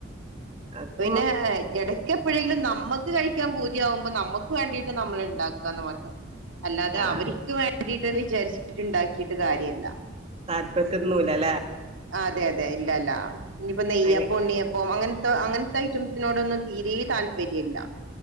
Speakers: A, on the right; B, on the right.
A: അതു
B: പിന്നെ ഇടക്ക എപ്പോഴെങ്കിലും നമുക്ക് കഴിക്കാൻ പൂതിയാവുമ്പോ നമുക്ക് വേണ്ടിട്ട് നമ്മള് ഉണ്ടാക്കുക എന്ന് മാത്രം അല്ലാതെ
A: ആഹ്
B: അവർക്ക് വേണ്ടിട്ട്ന്ന് വിചാരിച്ചിട്ട് ഇണ്ടാക്കിട്ട് കാര്യല്ല
A: താല്പത്തിന്നുല്ല
B: അതെ അതെ ഇല്ലല്ല ഇനിയിപ്പൊ നെയ്യപ്പ
A: അങ്ങ്
B: ഉണ്ണിയപ്പോം അങ്ങനത്തെ അങ്ങ ഐറ്റംസിനോടൊന്നും തീരെേ താല്പര്യയില്ല